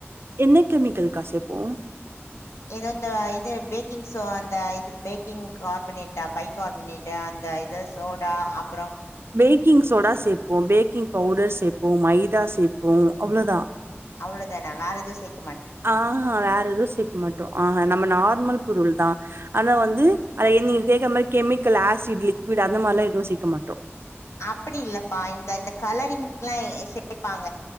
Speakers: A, on the right; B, on the left.
A: என்ன கெமிக்கல்க்கா சேப்போ
B: ஏதோ அந்த இது பேக்கிங் சோ அந்த இது பேக்கிங் கார்பனேட்டா பை கார்பனேட்டு அந் த இது சோடா அப்
A: பேக்கிங் சோடா சேப்போ பேக்கிங் பவுடர் சேப்போ மைதா சேப்போ அவ்ளோதா
B: அவ்ளோதானா வேற எதுவு சேக்
A: ஆஹ வேற எதுவு சேக்க மாட்டோ ஆஹ நம்ம நார்மல் பொருள்தா ஆனா வந்து அத நீங்க கேக்குற மாரி கெமிக்கல் ஆசிட் லிக்விட் அந்த மாரில்லா எதுவு சேக்க மாட்டோ
B: அப்பிடி இல்லப்பா இந்த இந்த கலரிங்க்லா சேப்பாங்க